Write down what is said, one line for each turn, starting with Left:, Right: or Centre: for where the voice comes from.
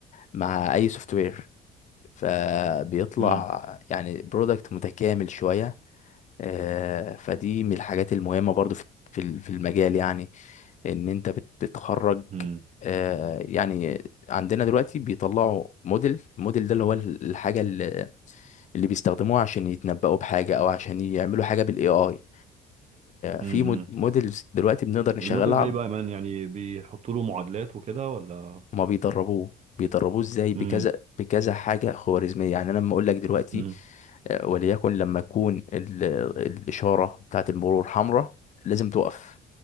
Left: مع اي سوفت وير فبيطلع
Right: امم
Left: يعني برودكت متكامل شويه آه، فدي من الحاجات المهمه برضو في في ال- في المجال يعني ان انت بت... بتخرج
Right: امم
Left: آه، يعني عندنا دلوقتي بيطلعوا موديل الموديل ده اللي هو ال- الحاجه اللي, اللي بيستخدموها عشان يتنبؤوا بحاجه او عشان يعملوا حاجه بالاي اي
Right: امم
Left: في موديلز دلوقتي بنقدر نشغلها
Right: الموديل ده يبقى مان يعني بيحطوا له معادلات وكده ولا
Left: هما بيدربوه بيدربوه ازاي بكذا
Right: امم
Left: بكذا حاجه خوارزميه يعني انا لما اقول لك دلوقتي
Right: امم
Left: آه، وليكن لما تكون ال- الاشاره بتاعت المرور حمراء لازم تقف